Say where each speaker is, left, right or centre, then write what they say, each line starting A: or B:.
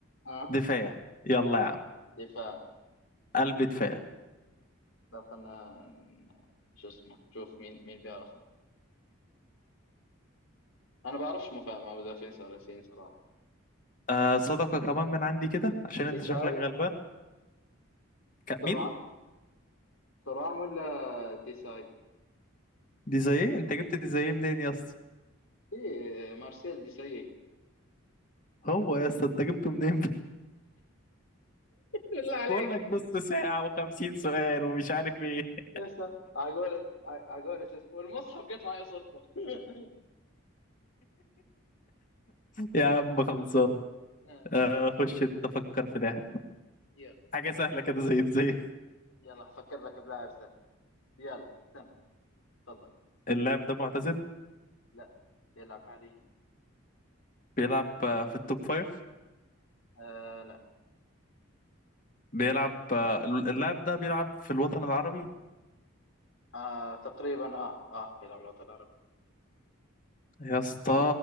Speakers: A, on the left; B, on the left.
A: اه
B: دفاع يلا يا عم
A: دفاع
B: قلب دفاع
A: لا خلنا شو اسمه شوف مين مين بيعرفه انا بعرفش مفا- مدافعين فرنسيين صراحة
B: آه صدقة كمان من عندي كده عشان انت
A: ديساي
B: شكلك غلبان ك-
A: ترام
B: مين
A: ترام ولا ديساي
B: دي زي ايه انت جبت دي زي ايه منين يا اسطى
A: ايه مارسيل دي سي
B: هو يا اسطى انت جبته منين
A: بالله
B: <laughs>
A: عليك
B: بقول لك نص ساعة و50 سؤال ومش عارف ايه
A: اسمع عقولة ع- عقولة شو اسمه- والمصحف جت معي صدفة <laughs>
B: يا عم خلصان
A: آه،
B: آه خش انت فكر في ده
A: يلا
B: حاجة سهلة كده زي دي زي إيه؟
A: يلا هفكر لك بلاعب سهل يلا تم تفضل
B: اللاعب ده معتزل
A: لا يلعب حاليا
B: بيلعب آه، في التوب فايف
A: آه لا
B: بيلعب آه، اللاعب ده بيلعب في الوطن العربي
A: آه تقريبا اه اه يلعب الوطن العربي
B: يا اسطى